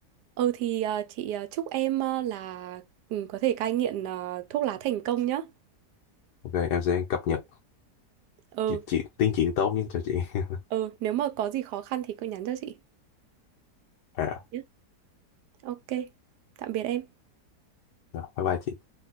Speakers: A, on the right; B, on the left.
A: ừ thì ờ, chị ờ, chúc em ờ, là ừ, có thể cai nghiện ờ, thuốc lá thành công nhá
B: ok, em sẽ cập nhật
A: ừ
B: kịp chị tiến triển tốt nhất cho chị. <laughs>
A: ừ nếu mà có gì khó khăn thì cứ nhắn cho chị
B: À,
A: nhé ok tạm biệt em
B: rồi, bye bye chị.